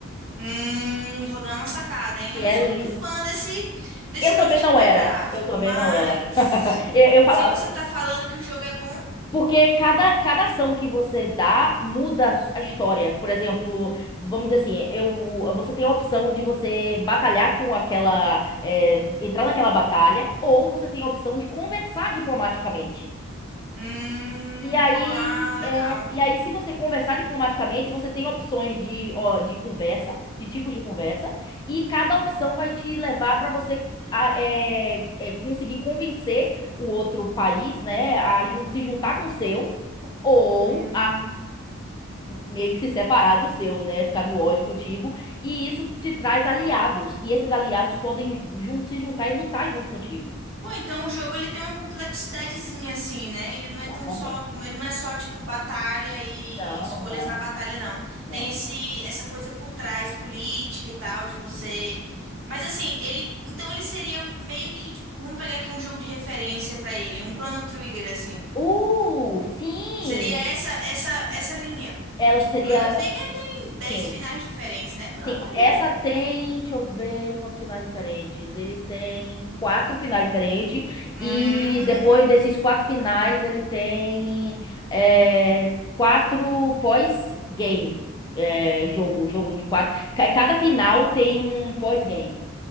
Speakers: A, on the right; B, on the left.
A: Hum, vou dar uma sacada, hein?
B: Que
A: Eu não
B: é.
A: sou
B: li-
A: muito fã desse, desse
B: Eu
A: novo
B: também
A: tipo
B: não
A: de
B: era.
A: gráfico,
B: Eu também
A: mas
B: não era. <laughs> Eu, eu falava.
A: se você tá falando que o jogo é bom,
B: Porque cada, cada ação que você dá muda a história. Por exemplo, vamos dizer assim, eu, você tem a opção de você batalhar com aquela, eh, entrar naquela batalha, ou você tem a opção de conversar diplomaticamente.
A: hum,
B: E aí,
A: pô, ah, legal.
B: é, e aí, se você conversar diplomaticamente, você tem opções de, ó, de conversa, de tipos de conversa, e cada opção vai te levar para você a- é, é, conseguir convencer o outro país, né, a jun- se juntar com o seu, ou
A: Hum.
B: a meio que se separar do seu, né, ficar no ódio contigo. E isso te traz aliados, e esses aliados podem jun- se juntar e lutar junto contigo.
A: Pô, então o jogo ele tem uma complexidadezinha assim, né? Ele não é
B: Exatamente.
A: tão só, ele não é só tipo batalha e
B: Não,
A: escolhas
B: não,
A: na batalha, não.
B: não.
A: Tem esse essa coisa por trás, política e tal,
B: Uhum.
A: de você. Mas assim, ele, então ele seria meio que tipo, vamos pegar aqui um jogo de referência pra ele,
B: Hum.
A: um Chrono Trigger assim.
B: Uh, sim!
A: Seria essa essa essa linha.
B: Ela
A: Que tipo,
B: seria.
A: o Chrono Trigger tem dez
B: Sim,
A: finais diferentes, né? Pelo
B: sim.
A: amor de
B: Essa
A: Deus.
B: tem. Deixa eu ver quantos finais diferentes. Ele tem quatro finais diferentes.
A: Hum.
B: E depois desses quatro finais, ele tem é, quatro pós-game. É, jogo, jogo de quatro. Ca- Cada final tem um pós-game